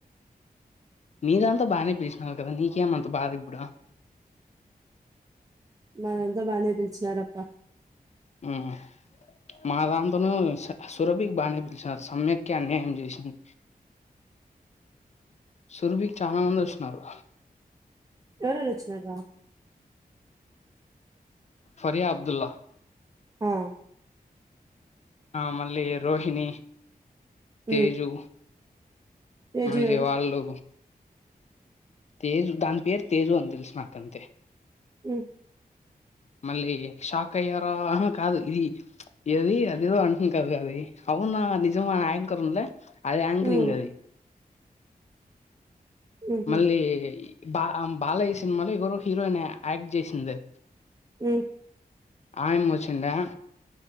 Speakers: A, on the left; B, on the right.
A: మీరంతా బాగానే పిలిచినరూ కదా నీకేమంత బాధ ఇప్పుడు
B: మనంతా బానే పిలీచినారప్ప
A: హ్ మా దాంతోన సురభికి బాగానే పిలిచినారు. సమ్యాక్కె అన్యాయం చేసింది. సురభికి చానా మంది వొచ్చిన్నారు.
B: ఎవరూ ఎవరు వచ్చిన్నరా
A: ఫరియా అబ్దుల్లా
B: హ
A: ఆ మళ్ళీ రోహిణి తేజు
B: హ్మ్ తేజు
A: మళ్ళీ
B: ఎవరు
A: వాళ్ళు తేజు దాని పేరు తేజు అని తెలుసు నాకంతే
B: హ్
A: మళ్ళీ షాక్ అయ్యారా కాదు ఇది ఏది అదదో అంటం కదు. అది అవునా నిజమా యాంకర్ ఉండ్లే అది యాంకరింగ్
B: హ్మ్
A: అది
B: హుహు
A: మళ్ళీ బా బాలయ్యా సినిమాలో ఎవరో హీరోయిన్ యాక్ట్ జెసింది.
B: హ్
A: ఆయమ్మీ వోచ్చిందా